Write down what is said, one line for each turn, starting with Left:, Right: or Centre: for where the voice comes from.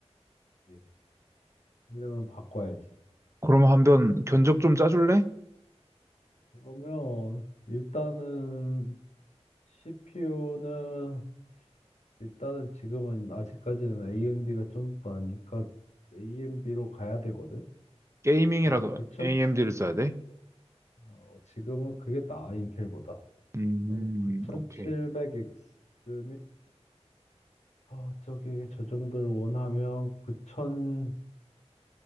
Left: 네. 이러면 바꿔야지.
Right: 그럼 한번 견적 좀 짜줄래?
Left: 그러면 일단은 CPU는 일단은 지금은 아직까지는 AMD가 좀 더 나니까 AMD로 가야 되거든.
Right: 게이밍이라도
Left: 근데 9천
Right: AMD를 써야 돼?
Left: 어, 지금은 그게 나아 인텔보다.
Right: 음,
Left: 어, 9700X면
Right: 오케이.
Left: 어, 저기 저 정도를 원하면 9600